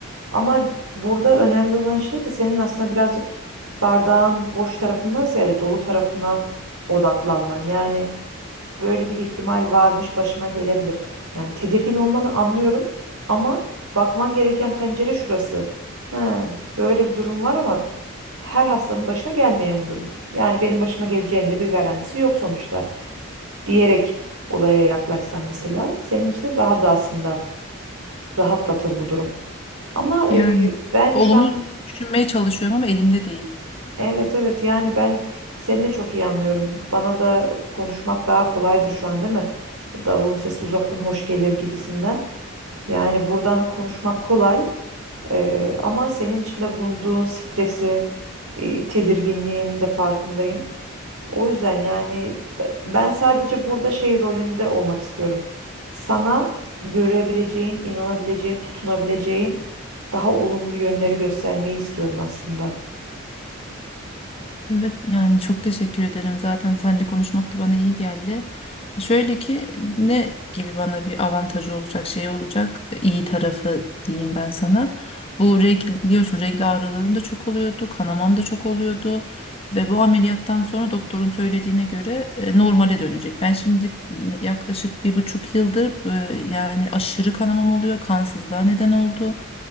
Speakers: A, on the right (about 85°); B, on the left (about 25°).
A: Ama burada önemli olan şey de senin aslında birazcık bardağın boş tarafından ziyade dolu tarafına odaklanman. Yani böyle bir ihtimal varmış başıma gelebilir. Yani tedirgin olmanı anlıyorum ama bakman gereken pencere şurası. Ha, böyle bir durum var ama her hastanın başına gelmeyen bir durum. Yani benim başıma geleceğinin de bir garantisi yok sonuçta diyerek olaya yaklaşsan mesela senin için de daha da aslında rahatlatır bu durum. Ama
B: Yani
A: e, ben
B: olumlu
A: şu an
B: düşünmeye çalışıyorum ama elimde değil.
A: evet evet yani ben seni de çok iyi anlıyorum. Bana da konuşmak daha kolaydır şu an değil mi? Davulun sesi uzaktan hoş gelir gibisinden. Yani buradan konuşmak kolay e, ama senin içinde bulunduğun stresin, e, tedirginliğin de farkındayım. O yüzden yani be- ben sadece burada şey rolünde olmak istiyorum. Sana görebileceğin, inanabileceğin, tutunabileceğin daha olumlu yönleri göstermeyi istiyorum aslında.
B: Evet yani çok teşekkür ederim. Zaten seninle konuşmak da bana iyi geldi. Şöyle ki ne gibi bana bir avantajı olacak şey olacak iyi tarafı diyeyim ben sana. Bu regl biliyorsun regl ağrılarım da çok oluyordu kanamam da çok oluyordu. Ve bu ameliyattan sonra doktorun söylediğine göre e, normale dönecek. Ben şimdi yaklaşık bir buçuk yıldır e, yani aşırı kanamam oluyor. Kansızlığa neden oldu.